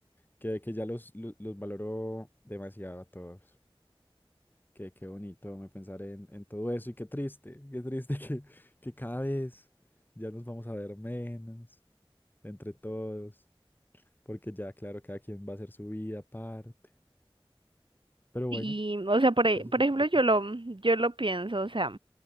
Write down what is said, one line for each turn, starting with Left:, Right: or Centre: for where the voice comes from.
Left: que, que ya los, los, los valoro demasiado a todos. Qué, qué bonito me pensar en, en todo eso y qué triste, qué triste <laughs> que, que cada vez ya nos vamos a ver menos entre todos, porque ya, claro, cada quien va a hacer su vida aparte. Pero
Right: Y,
Left: bueno.
Right: o sea, por, e-
Left: De eso
Right: por
Left: se
Right: ejemplo,
Left: trata.
Right: yo lo, yo lo pienso, o sea,